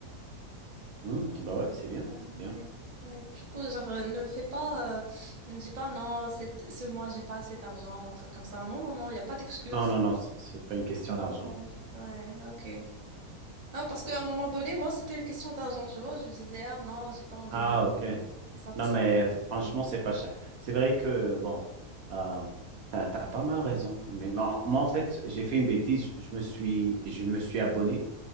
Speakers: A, on the right; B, on the right.
A: Mhm. Bah ouais, c'est bien,
B: Ouais,
A: c'est
B: ouais,
A: bien.
B: ouais. Du coup, genre, euh, ne fais pas, euh, ne me dis pas non, c'est, ce mois, j'ai pas assez d'argent ou un truc comme ça. Non, non, non, il n'y a pas d'excuse.
A: Non, non, non, c'est c'est pas une question d'argent.
B: Ouais. Ouais, ok. Ah, parce qu'à un moment donné, moi, c'était une question d'argent, tu vois. Je me disais, ah non, j'ai pas envie
A: Ah,
B: maintenant,
A: ok.
B: tout ça, tout
A: Non,
B: ça.
A: mais franchement,
B: Ouais.
A: c'est pas cher. C'est vrai que, bon, euh, euh, t'as pas mal raison. Mais moi, moi, en fait, j'ai fait une bêtise. Je, je me suis, je me suis abonné